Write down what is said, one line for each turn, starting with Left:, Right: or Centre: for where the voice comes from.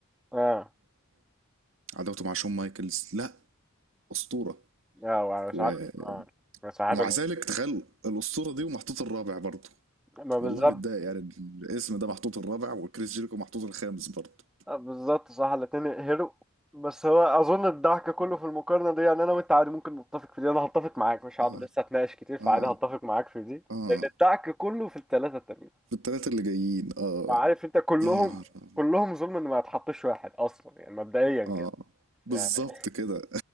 Centre: اه
Right: وعداوته مع شون مايكلز لا أسطورة
Centre: اه مساحات
Right: و...
Centre: اه مساحات
Right: ومع ذلك تخيل الأسطورة دي ومحطوط الرابع برضه
Centre: ما بالظبط
Right: والله متضايق يعني الاسم ده محطوط الرابع وكريس جيريكو محطوط الخامس برضه
Centre: آه، بالظبط صح الاتنين يقهروا بس هو اظن الضحك كله في المقارنة دي يعني انا وانت عادي ممكن نتفق في دي انا هتفق معاك مش هقعد
Right: اه
Centre: لسه اتناقش كتير فعادي
Right: اه
Centre: هتفق معاك في دي
Right: اه
Centre: لان الضحك كله في التلاتة التانيين
Right: بالتلاتة اللي جايين اه
Centre: عارف انت كلهم
Right: يا نهار أبيض.
Centre: كلهم ظلم ان ما يتحطش واحد اصلا يعني مبدئيا كده
Right: اه بالظبط
Centre: يعني
Right: كده